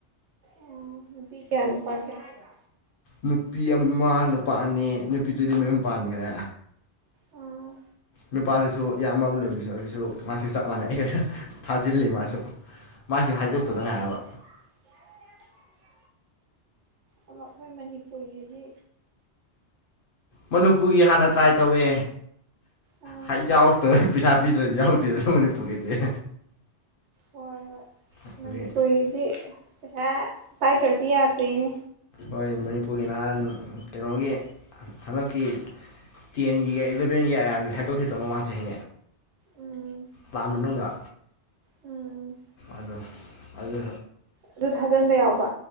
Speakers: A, on the right; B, on the left.
A: ꯑꯣ ꯅꯨꯄꯤ ꯀꯌꯥ ꯅꯨꯨꯄꯥ ꯀꯌꯥ
B: ꯅꯨꯄꯤ ꯑꯃ ꯅꯨꯄꯥ ꯑꯅꯤ ꯅꯨꯄꯤꯗꯨꯗꯤ ꯃꯌꯨꯝ ꯄꯥꯟꯒꯔꯦ
A: ꯑꯥ
B: ꯅꯨꯄꯥꯗꯨꯁꯨ ꯏꯌꯥꯝꯕ ꯑꯃ ꯂꯩꯕꯗꯨꯁꯨ ꯑꯗꯨꯁꯨ ꯃꯥꯁꯨ ꯆꯞ ꯃꯥꯟꯅꯩ ꯑꯩꯒ ꯊꯥꯖꯤꯜꯂꯤ ꯃꯥꯁꯨ ꯃꯥꯏꯁꯨ ꯍꯥꯏꯗꯣꯛꯇꯧꯗ
A: ꯑꯣ
B: ꯉꯥꯏꯔꯕ
A: <inaudible> ꯑꯃ ꯑꯩꯈꯣꯏ ꯃꯅꯤꯄꯨꯔꯒꯤꯗꯤ
B: ꯃꯅꯤꯄꯨꯒꯤ ꯍꯥꯟꯅ ꯇ꯭ꯔꯥꯏ ꯇꯧꯋꯦ
A: ꯑꯥ
B: ꯍ ꯑꯩ ꯌꯥꯎꯔꯛꯇꯕꯩ ꯄꯩꯁꯥ ꯄꯤꯗ꯭ꯔꯗꯤ ꯌꯥꯎꯗꯦꯗ ꯃꯅꯤꯄꯨꯔꯒꯤꯗꯤ
A: ꯍꯣꯏ ꯍꯣꯏ
B: ꯑꯗꯒꯤ
A: ꯃꯅꯤꯄꯨꯔꯒꯤꯗꯤ ꯄꯩꯁꯥ ꯄꯥꯏꯗ꯭ꯔꯗꯤ ꯌꯥꯗ꯭ꯔꯦꯅꯦ
B: ꯍꯣꯏ ꯃꯅꯤꯄꯨꯔꯒꯤ ꯅꯍꯥꯟ ꯀꯩꯅꯣꯒꯤ ꯍꯟꯗꯛꯀꯤ ꯇꯦꯟꯒꯤꯒ ꯏꯜꯂꯚꯦꯟꯒꯤ ꯑꯥꯏ ꯑꯥꯔ ꯕꯤ ꯍꯥꯏꯗꯣꯛꯈꯤꯗꯣ ꯃꯃꯥꯡ ꯆꯍꯤ
A: ꯎꯝ
B: ꯂꯥꯟ ꯃꯅꯨꯡꯗ
A: ꯎꯝ
B: ꯑꯗꯣ ꯑꯗꯨ
A: ꯑꯗꯨ ꯊꯥꯖꯟꯕ ꯌꯥꯎꯕ